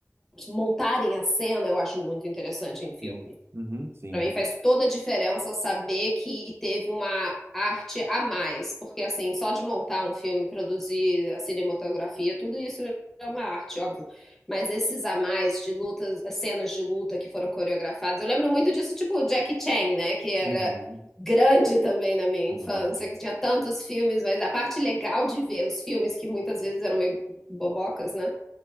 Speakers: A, in the centre; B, on the right.
A: montarem a cena, eu acho muito interessante em filme.
B: Sim. Uhum, sim,
A: Para mim
B: todo.
A: faz toda a diferença saber que teve uma arte a mais, porque assim, só de montar um filme, produzir a cinematografia, tudo isso é uma arte, óbvio. Mas esses a mais de lutas, as cenas de luta que foram coreografadas, eu lembro muito disso, tipo Jackie Chan, né, que era
B: Uhum,
A: grande também na minha
B: enorme.
A: infância, que tinha tantos filmes, mas a parte legal de ver os filmes que muitas vezes eram meio bobocas, né?